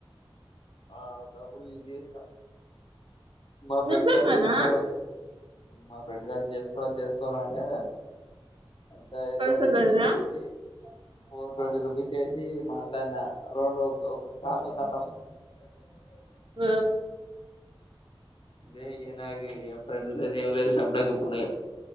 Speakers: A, on the left; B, on the right.
A: ఆ ఒకప్పుడు యూజ్ చేసిన మా ఫ్రెండ్
B: నిజంగానా
A: గాడు చేసుకోరా చెస్ మా ఫ్రెండ్ గాడు చేసుకోరా చేసుకోరా అంటే అంత
B: పైసలేనా
A: ట్వంటీ రూపీస్ వేసి ఫోర్ ట్వంటీ రూపీస్ వేసి మాట్లాడిన రెండు ఒక కాల్ కతం ఏమైంది వండుకోలేదు
B: ఆ
A: ఇదే నాకు ఇగా ఫ్రెండు లేదు ఏం లేదు సప్పుడుగాక ఊకున్నాయిగా